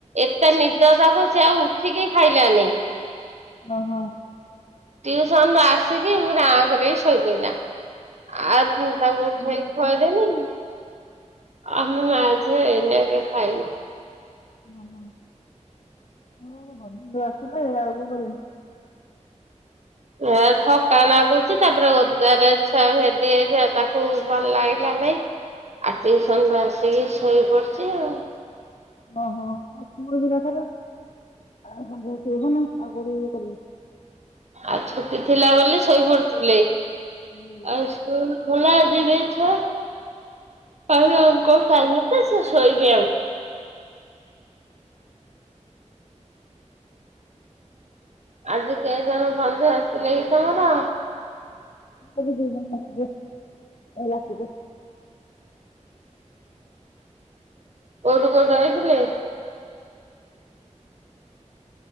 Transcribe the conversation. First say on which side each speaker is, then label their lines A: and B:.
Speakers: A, on the right; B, on the left.
A: ଏତେ ନିଦ ତାକୁ ସେ ଆଉ ଉଠିକି ଖାଇଲାନି।
B: ଓହୋ।
A: ଟ୍ୟଉସନ ରୁ ଆସିକି ଆଁଙ୍କରିକି ଶୋଇପଡ଼ିଲା। ଆ ପୁ ତାକୁ ଉଠେଇ
B: ଦିନରେ
A: କି
B: ଶୋଇନଥିଲ
A: ଖୋଇଦେନୀ।
B: ନା କଣ?
A: ଆମେ ମାଝେ ଏଇନାକେ ଖାଇନି।
B: ଓହୋ ବନ୍ଧୁବାନ୍ଧବ ଆସିଲେ ଏ ଆଉ କଣ କରିବୁ।
A: ଏ ଥକା ନାଗୁଛି ତାପରେ ଓଦାରେ ଛୁଆ ଭେଦି ଯାଇଥିଲା ତାକୁ ଭଲ ଲାଗିଲା ନାଇଁ। ଆଉ ଟିଉସନ ରୁ ଆସିକି ଶୋଇପଡିଛି ଆଉ।
B: ଓହୋ ଆଉ ସ୍କୁଲ ବି ତାଙ୍କର ସବୁବେଳେ ତିଉସନ ଆଉ କୋଉଠି ଇଏ କରିବୁ।
A: ଆଜି ଛୁଟି ଥିଲା ବୋଲି ଶୋଇପଡିଥିଲେ,
B: ଏବେ
A: ଆଉ ସ୍କୁଲ୍ ଖୋଲା ଯିବେ ଛୁଆ ଆଉ ୟାଙ୍କ ପାନୀ ସେ ସେ ଶୋଇବି ଆଉ। ଆଜି କେଇ ଜଣ ବନ୍ଧୁ ଆସିଥିଲେ କି ତମର?
B: ଆଜି ଦି ଜଣ ଆସିବେ ଉଁ ରାତିରେ।
A: କୋଉଠୁ କୋଉଠୁ ଆଇଥିଲେ?